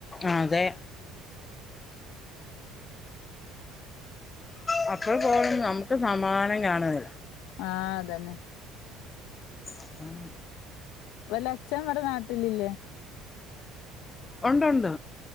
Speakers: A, on the left; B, on the left.
A: അതെ മക്കൾ പോകും നമുക്ക് സമാധാനം കാണ്ല
B: ആഹ് അതന്നെ
A: അതാണ്
B: ഓലച്ഛൻ ഇവടെ നാട്ടിലില്ലേ
A: ഉണ്ടുണ്ട്